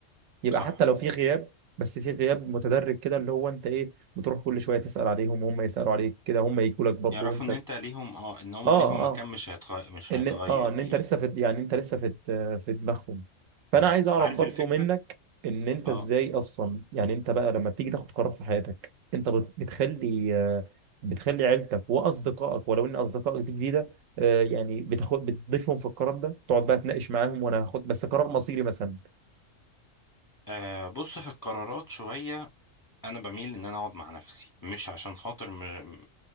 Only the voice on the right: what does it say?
يبقى
حتى لو في غياب بس في غياب متدرج كده اللي هو انت ايه بتروح كل شويه تسال عليهم وهم يسالوا عليك كده هم يجوا لك برضه
وانت
اه
اه
ان
اه ان انت
لسه في يعني انت لسه في في دماغهم فانا
عايز اعرف
برضو
منك ان انت
ازاي اصلا يعني انت بقى لما بتيجي تاخد قرار في حياتك انت بت- بتخلي آه، بتخلي عيلتك واصدقائك ولو ان اصدقائك دي جديده آه، يعني بتاخد بتضيفهم في القرار ده تقعد بقى تناقش معاهم وانا هاخد بس قرار مصيري مثلا